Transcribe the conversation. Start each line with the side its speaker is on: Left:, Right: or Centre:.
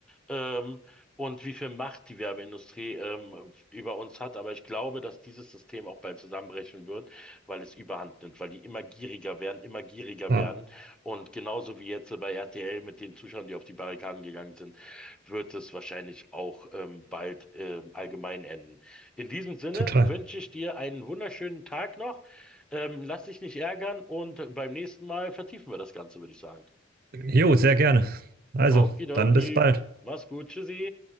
Centre: ähm, und wie viel Macht die Werbeindustrie, ähm, über uns hat. Aber ich glaube, dass dieses System auch bald zusammenbrechen wird, weil es Überhand nimmt, weil die immer gieriger werden, immer gieriger
Right: Ja,
Centre: werden. Und genauso wie jetzt bei RTL mit den Zuschauern, die auf die Barrikaden gegangen sind, wird es wahrscheinlich auch, ähm, bald, ähm, allgemein enden. In diesem Sinne
Right: total.
Centre: wünsche ich dir einen wunderschönen Tag noch. Ähm, lass dich nicht ärgern und beim nächsten Mal vertiefen wir das Ganze, würde ich sagen.
Right: Jo, sehr gerne. Also,
Centre: Okidoki,
Right: dann bis bald.
Centre: mach's gut, tschüssi.